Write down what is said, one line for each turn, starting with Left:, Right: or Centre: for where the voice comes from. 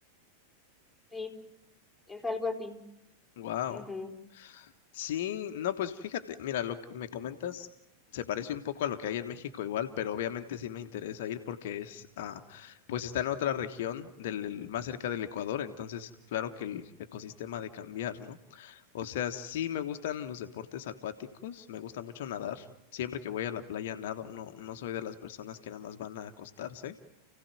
Centre: sí, es algo así.
Left: Wow.
Centre: Ujú,
Left: Sí, no, pues fíjate, mira, lo que me comentas se parece un poco a lo que hay en México igual, pero obviamente sí me interesa ir porque es, ah, pues está en otra región del, más cerca del Ecuador, entonces claro que el ecosistema ha de cambiar, ¿no? O sea, sí me gustan los deportes acuáticos, me gusta mucho nadar, siempre que voy a la playa nado, no, no soy de las personas que nada más van a acostarse.